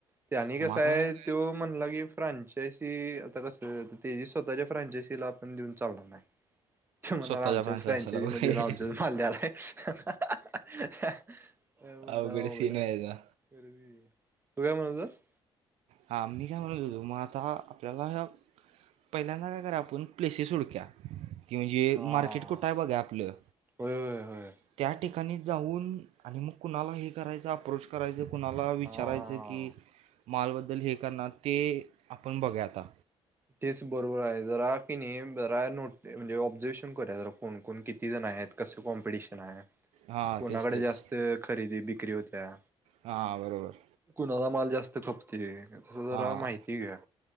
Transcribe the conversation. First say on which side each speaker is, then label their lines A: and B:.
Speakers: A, on the right; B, on the right.
A: त्यांनी कसा
B: मग
A: आहे.
B: आता
A: तो म्हणला की फ्रांचायसी आता कस. ते स्वतःच्या फ्रांचायसीला आपण देऊन चालणार नाही. तो म्हणार
B: स्वतःच्या
A: आमच्याच
B: फ्रँचायसला
A: फ्रॅचायजी
B: वगैरे
A: मध्ये ये आमच्याच माल द्यायला आलाय. अ. म्हणार
B: अवघड
A: आघाड
B: सीन
A: हाय.
B: व्हायचा
A: तू काय म्हणतोस.
B: हा मी काय म्हणत होतो. मग आता आपल्याला. पहिल्यांदा काय करावा आपण. प्लेसेस हुडक्याव. की म्हणजे
A: हा
B: मार्केट कुठं आहे बघा आपलं.
A: होय होय होय
B: त्या ठिकाणी. ठिकाणी जाऊन. आणि मग कुणाला हे करायचं अप्रोच करायचं कुणाला विचारायचं.
A: हा
B: की मालबद्दल हे करणार. ते आपण बघया आता.
A: तेच बरोबर आहे. जरा की नाही जरा नोट म्हणजे ऑब्झर्वेशन करूया. जरा कोण-कोण किती जन. नाहीं हाईत. कॉमपिटिशन आहे.
B: हां
A: कोणाकडे
B: तेच तेच
A: जास्त खरेदी बिक्री होत्या.
B: हां बरोबर
A: कुणाला माल जास्त खपतोय. तस जरा
B: हां
A: माहिती घ्या.